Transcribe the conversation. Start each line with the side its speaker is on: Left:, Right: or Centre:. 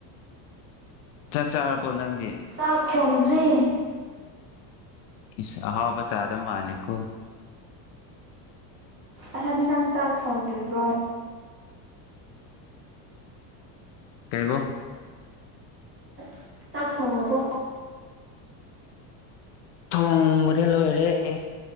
Left: ꯆꯥꯛ ꯆꯥꯔꯕꯣ ꯅꯪꯗꯤ
Right: ꯆꯥꯛ ꯊꯣꯡꯗ꯭ꯔꯤ
Left: ꯏꯁ ꯍꯥꯎꯕ ꯆꯥꯗꯧ ꯃꯥꯜꯂꯤꯀꯣ
Right: ꯑꯍꯟꯗꯪ ꯆꯥꯛ ꯊꯣꯡꯗ꯭ꯔꯤꯕ꯭ꯔꯣ
Left: ꯀꯩꯕꯣ
Right: ꯆꯥꯛ ꯆꯥꯛ ꯊꯣꯡꯉꯕꯣ
Left: ꯊꯣꯡꯒ꯭ꯔꯦ ꯂꯣꯏꯔꯦ